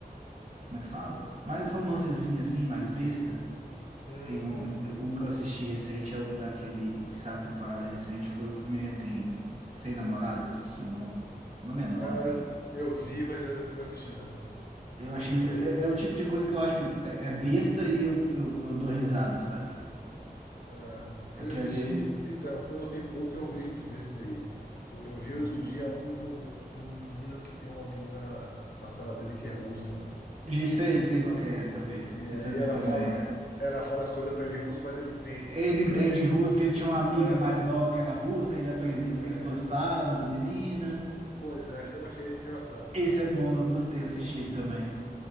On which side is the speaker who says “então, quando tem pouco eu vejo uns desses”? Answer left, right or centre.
Left